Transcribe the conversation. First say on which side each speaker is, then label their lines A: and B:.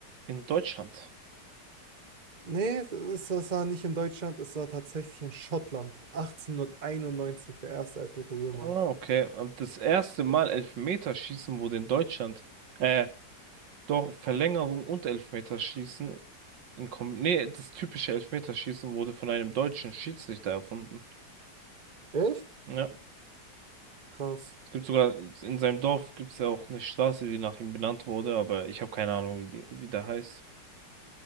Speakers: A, on the right; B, on the right.
A: In Deutschland.
B: Nee, es es- es war nicht in Deutschland, es war tatsächlich in Schottland. 1891, der erste Elfmeter jemals.
A: Ah, okay. Ähm, Das erste Mal Elfmeterschießen wurde in Deutschland. Äh, doch Verlängerung und Elfmeterschießen. In Kom nee, das typische Elfmeterschießen wurde von einem deutschen Schiedsrichter erfunden.
B: Echt?
A: Ja.
B: Krass.
A: Es gibt sogar, in seinem Dorf gibt es ja auch eine Straße, die nach ihm benannt wurde, aber ich habe keine Ahnung, wie die, wie der heißt.